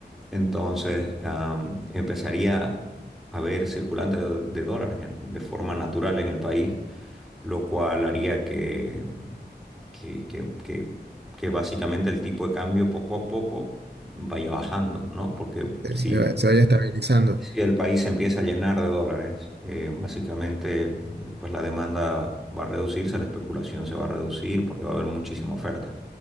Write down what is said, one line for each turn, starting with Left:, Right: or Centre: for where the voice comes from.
Centre: Entonces, am, empezaría a haber circulante de, de dólares en- de forma natural en el país, lo cual haría que, que, que- que- que básicamente el tipo de cambio poco a poco vaya bajando, ¿no? Porque
Right: se
Centre: si
Right: se va- se vaya estabilizando.
Centre: si el país se empieza a llenar de dólares, eh, básicamente eh, pues la demanda va a reducirse, la especulación se va a reducir porque va a haber muchísima oferta.